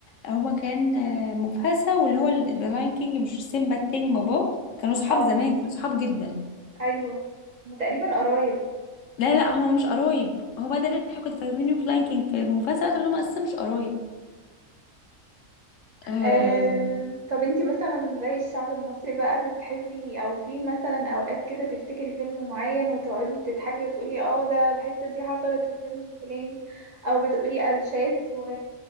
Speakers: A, on the left; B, on the right.
A: هما كان آه، مفاسة واللي هو ذا لاين كينج مش سيمبا التاني باباه كانوا صحاب
B: اه
A: زمان كانوا صحاب جدا
B: ايوه هما تقريبا قرايب
A: لا لا لا، هما مش قرايب هو ده اللي احنا كنا فاهمينه في لاين كينج في مفاسة طب هما اساسا مش قرايب اه
B: آه، طب انتي مثلا زي الشعب المصري بقى بتحبي او في مثلا اوقات كده تفتكري فيلم معين وتقعدي تضحكي وتقولي اه ده الحتة دي حصلت في الفيلم الفلاني او بتقولي قلشات و...